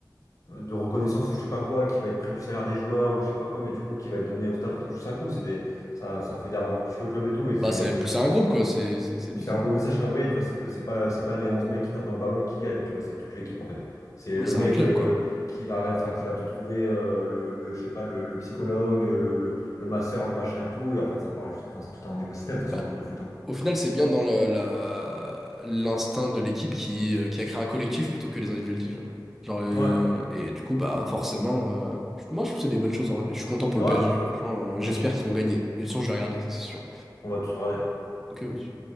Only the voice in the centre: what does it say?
Bah c'est
c'est un groupe quoi, c'est c'est- c'est le
but,
hein.
Bah
c'est
un club
quoi.
Bah,
Au final, c'est bien dans la, la- l'instinct de l'équipe qui, euh, qui a créé un collectif plutôt que des individualités. Genre, Genre, euh,
et du coup, bah forcément, euh, je- moi je trouve que c'est des bonnes choses en vrai. Je suis content pour
le PSG.
franchement, euh, j'espère
qu'ils vont gagner. Et De toute façon, je vais regarder, ça c'est sûr.
Donc euh, oui.